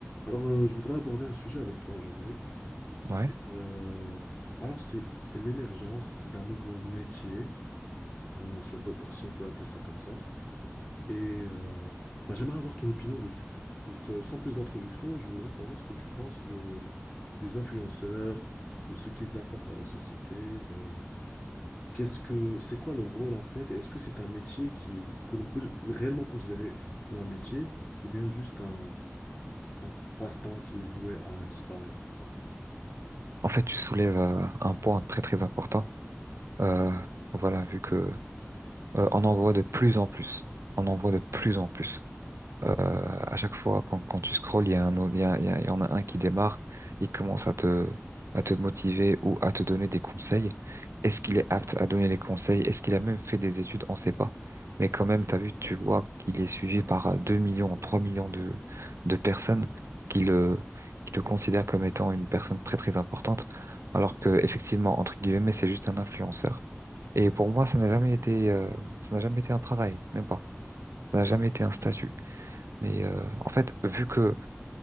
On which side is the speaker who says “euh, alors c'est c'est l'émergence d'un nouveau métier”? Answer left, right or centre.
Left